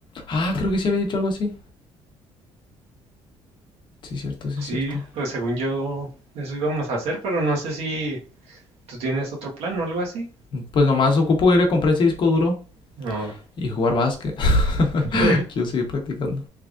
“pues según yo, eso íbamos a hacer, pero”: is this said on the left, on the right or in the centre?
Right